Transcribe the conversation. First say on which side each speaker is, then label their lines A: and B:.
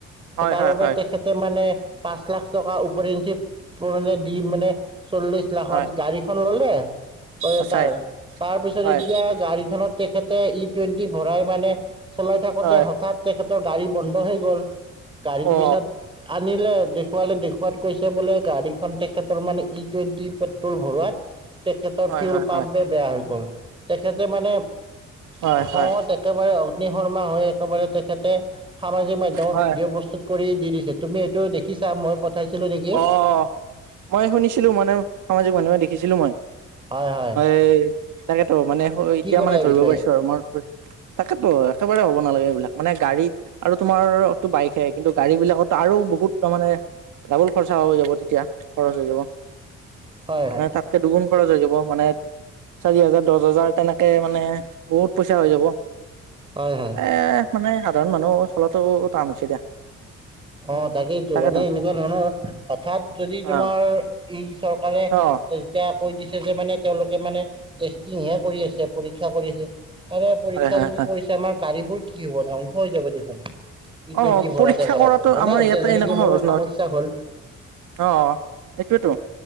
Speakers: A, on the right; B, on the right.
A: হয়
B: তাৰবাবে
A: হয় হয়
B: তে তাকে মানে পা‍ঁচ লাখ টকা উপৰেঞ্চি <inaudible> দি মানে চল্লিশ <unintelligible> লাখত
A: হয়
B: গাড়ীখন ললে তয়তাৰ,
A: সঁচাই
B: তাৰপিছত
A: হয়
B: এতিয়া গাড়ীখনত তেখেতে ই টুৱেণ্টি ভৰাই মানে চলাই থাকোঁতে
A: হয়
B: হঠাৎ তেখেতৰ গাড়ী বন্ধ হৈ গ'ল। গাড়ীটো
A: অ
B: পিছত আনিলে, দেখুৱালে দেখুৱাত কৈছে বোলে গাড়ীখন তেখেতৰ মানে ই টুৱেণ্টি পেট্ৰল ভৰোৱাত তেখেতৰ
A: হয়
B: ফিউল
A: হয়
B: পাম্পে
A: হয়
B: বেয়া হৈ গল, তেখেতে মানে
A: হয়
B: খংত
A: হয়
B: একেবাৰে অগ্নিশৰ্মা হৈ একেবাৰে তেখেতে সামাজিক মাধ্যমত
A: হয়
B: ভিডিঅ' প্ৰস্তুত কৰি দি দিছে তুমি এইটো দেখিছা মই পঠাইছিলোঁ লিংক
A: অ', অ', মই শুনিছিলোঁ মানে সামাজিক মাধ্যমত দেখিছিলোঁ মই।
B: হয় হয়।
A: এই তাকেতো মানে
B: কি
A: এতিয়া
B: ক'বা
A: মানে
B: এই
A: ধৰিব
B: বিষয়ে?
A: পৰিছোঁ আৰু মই তাকেতো একেবাৰে হ'ব নালাগে এইবিলাক। মানে গাড়ী আৰু তোমাৰটো বাইকহে কিন্তু গাড়ীবিলাকটো আৰু বহুত তাৰ মানে ডাবুল খৰচা হৈ যাব তেতিয়া, খৰচ হৈ যাব। হঠাৎ
B: হয় হয়।
A: তেতিয়া দুগুণ খৰচ হৈ যাব, মানে চাৰি হাজাৰ, দহ হাজাৰ তেনেকে মানে বহুত পইচা হৈ যাব।
B: হয় হয়।
A: এ মানে সাধাৰণ মানুহ চলাটো টান হৈছে দিয়া। মই
B: অ', তাকেইেতো,
A: তাকেতো
B: মানে এনেকুৱা ধৰণৰ হঠাৎ যদি
A: অ
B: তোমাৰ এই চৰকাৰে
A: অ অ
B: এতিয়া কৈ দিছে যে মানে তেওঁলোকে মানে টেষ্টিংহে কৰি আছে, পৰীক্ষা কৰি আছে আৰে পৰীক্ষা
A: হয় হয়
B: যদি
A: হয়
B: কৰিছে, আমাৰ গাড়ীবোৰ কি হব, ধ্বংস হৈ যাব দেখোন? ই টুৱেন্টি
A: অ
B: ভৰাওতে-ভৰাওতে।
A: পৰীক্ষা কৰাতো
B: হয়নে
A: আমাৰ
B: এতিয়া
A: ইয়াতে
B: যেনেকে
A: এনেকুৱা
B: মোৰ
A: সহজ
B: সমস্যা
A: নহয়
B: হ'ল।
A: অ সেইটোয়েতো